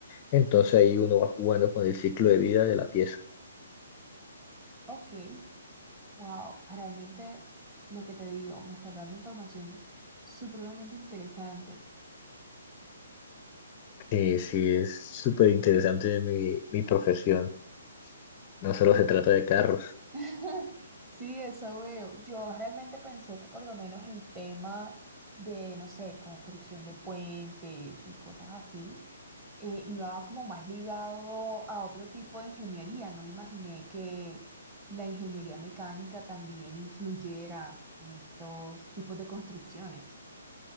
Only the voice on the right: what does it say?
Ok. Wow. Realmente lo que te digo, me estás dando información supremamente interesante,
¿no?
<laughs> Sí, eso veo. Yo realmente pensé que por lo menos el tema de, no sé, construcción de puentes y cosas así, eh, iba como más ligado a otro tipo de ingeniería. No me imaginé que la ingeniería mecánica también influyera en estos tipos de construcciones.